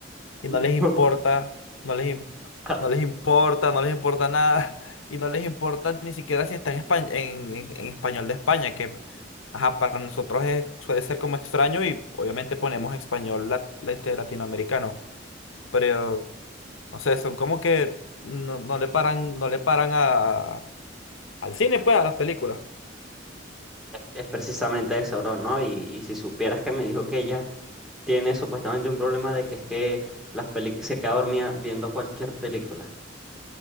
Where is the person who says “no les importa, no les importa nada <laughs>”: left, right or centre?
Left